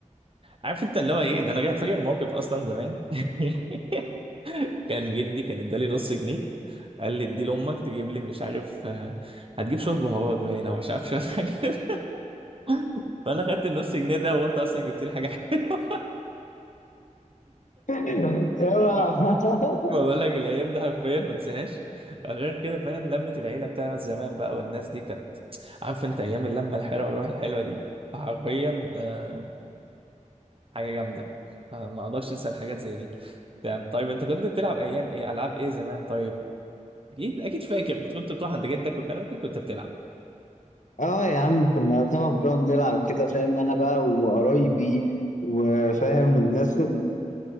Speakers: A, on the right; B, on the left.
A: عارف انت اللي هو ايه ده انا جاي- فاكر موقف اصلا زمان <laughs> كان جدي كان ادالي نص جنيه قال لي ادي لامك تجيب لي مش عارف آه، هتجيب شويه بهارات باين او مش عارف شويه حاجه كده <laughs> فانا خدت النص جنيه ده ورحت اصلا جبت لي حاجه حلوه
B: <laughs> اوعى.
A: <laughs>
B: <laughs>
A: بقول لك الايام دي حرفيا ما انساهاش غير كده فاهم لمه العيله بتاعت زمان بقى والناس دي كانت عارف انت ايام اللمه الحلوه والروح الحلوه دي حرفيا آه، حاجه جامده آه، ما اقدرش انسى الحاجات زي دي يعني طيب انت كنت بتلعب ايام ايه العاب ايه زمان طيب اكيد اكيد فاكر كنت كنت بتروح عند جدك وكان اكيد كنت بتلعب
B: اه يا عم كنا طبعا بنقعد نلعب كده فاهم انا بقى وقرايبي وفاهم الناس